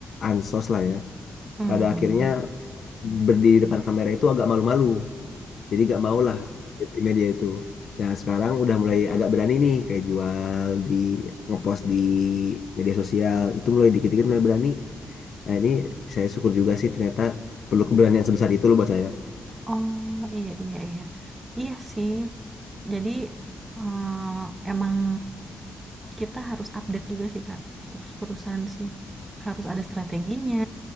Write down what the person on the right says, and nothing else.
Hmm.
Oh iya iya iya. Iya sih. Jadi eh, emang kita harus update juga sih Kak. Terus-terusan sih. Harus ada strateginya